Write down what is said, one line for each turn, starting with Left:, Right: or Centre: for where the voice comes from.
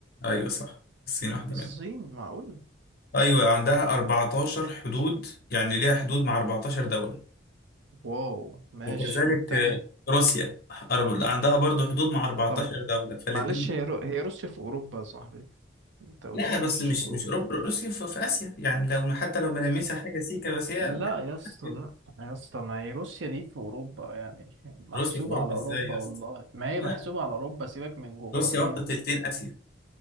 Left: أيوة صح الصين واحدة
Right: الصين
Left: منهم
Right: معقول
Left: أيوة عندها 14 حدود يعني ليها حدود مع 14 دولة
Right: واو ماشي
Left: وكذلك
Right: والتانية
Left: آه، روسيا أرب- عندها برضو حدود مع 14
Right: طب
Left: دولة فالاتنين
Right: معلش هي رو... هي روسيا في اوروبا يا صاحبي انت قلت
Left: لا
Right: لي
Left: بس
Right: مفيش
Left: مش
Right: في اوروبا
Left: مش أوروبا روسيا في, في آسيا يعني لو حتى لو ملامسها حاجة سيكا بس هي
Right: لا
Left: <laughs>
Right: يا اسطى
Left: آسيا.
Right: لا يا اسطى ما هي روسيا دي في اوروبا يعني محسوبه
Left: روسيا في أوروبا
Right: على
Left: إزاي
Right: اوروبا
Left: يا
Right: والله
Left: اسطى
Right: ما هي
Left: لا
Right: محسوبه على اوروبا سيبك من جغرافيا
Left: روسيا واخدة تلتين آسيا